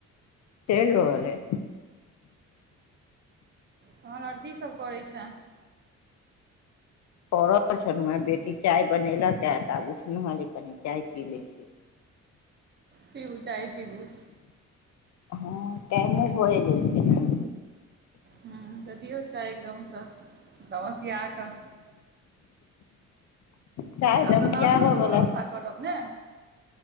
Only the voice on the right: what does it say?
तहन आर कीसभ करै छै
पीबू चाय पीबू
ह्म तऽ दियौ चाह एकदमसँसिया कऽ
आब
तऽ नास्तो के
व्यवस्था करब ने